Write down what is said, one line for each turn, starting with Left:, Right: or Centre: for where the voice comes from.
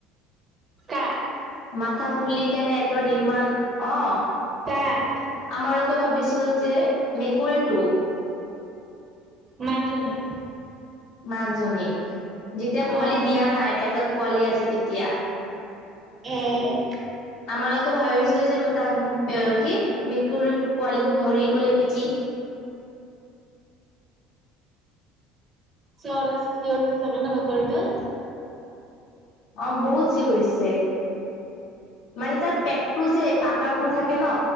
Right: কাক?
Left: মাথা ফুলি কেনে একেবাৰে ইমান অ
Right: কাক
Left: আমালোকে ভাবিছিলো যে মেকুৰীটো
Right: মাকজনীক-
Left: মাকজনীক যেতিয়া
Right: অ'।
Left: পোৱালি দিয়া নাই পেটত পোৱালি আছে তেতিয়া
Right: এ -
Left: আমালোকে ভাবিছিলো যে উম তাক উম পে কি মেকুৰীৰ পোৱালিবোৰ মৰি গ'লেই নিকি?
Right: চিঞৰেছ চিঞৰিছে চাগে ন মেকুৰীটো
Left: অ বহুত চিঞৰিছে মানে তাৰ পেটতো যে পাক পকাবোৰ থাকে ন